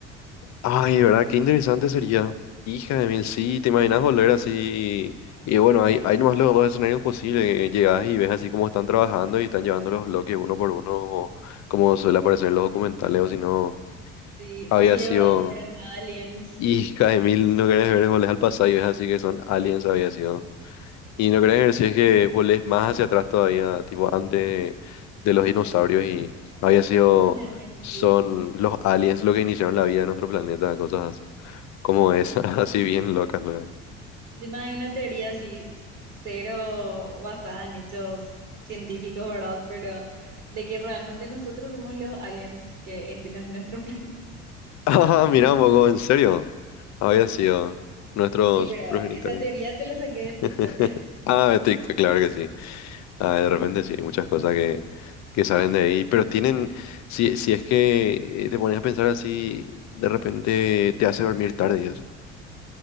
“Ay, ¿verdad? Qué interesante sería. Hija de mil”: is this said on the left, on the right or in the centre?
Left